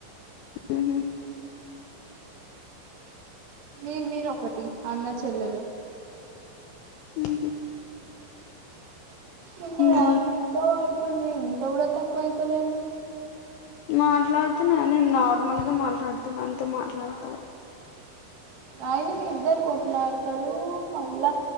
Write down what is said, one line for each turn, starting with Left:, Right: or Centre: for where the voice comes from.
Left: ఉహు
Right: మీరు మీరు ఒకటి అన్న చెల్లెలు
Left: ఉహు
Right: ఇమ్మ వాని
Left: ఉమ్
Right: ఇంకా వాడుతుంది ఇంత కూడా తక్కువ అయితలేదు
Left: మాట్లాడుతున్నాను నార్మల్ గా మాట్లాడుతున్నా అంత మాట్లాడత
Right: ఆయిన మీ ఇద్దరు కొట్లాడతారు మళ్ళా